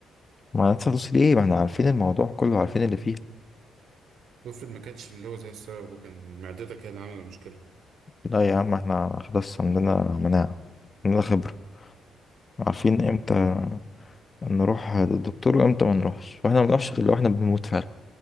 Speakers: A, on the left (about 30°); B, on the right (about 75°).
A: ما ندفع فلوس ليه ما احنا عارفين الموضوع كله عارفين اللي فيه
B: وافرض ما كانتش اللي هو زي السبب وكان معدتك هي اللي عاملة المشكلة
A: لا يا عم احنا خلاص عندنا مناعة عندنا خبرة عارفين امتى نروح للدكتور وامتى ما نروحش واحنا ما بنروحش غير لو احنا بنموت فعلا